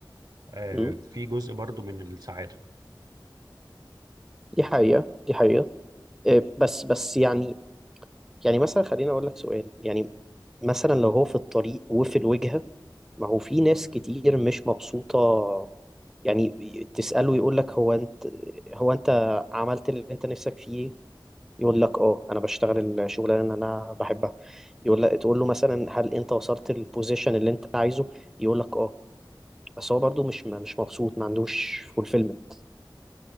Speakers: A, on the right; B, in the centre.
A: آه،
B: امم
A: في جزء برضو من السعادة
B: دي حقيقة دي حقيقة إيه، بس بس يعني يعني مثلا خليني اقول لك سؤال يعني مثلا لو هو في الطريق وفي الوجهة ما هو في ناس كتير مش مبسوطة يعني تسأله يقول لك هو انت هو انت عملت اللي انت نفسك فيه يقول لك اه انا بشتغل الشغلانه اللي انا بحبها يقول لك تقول له مثلا هل انت وصلت للبوزيشن اللي انت عايزه يقول لك اه بس هو برضو مش مش مبسوط ما عندوش فولفيلمنت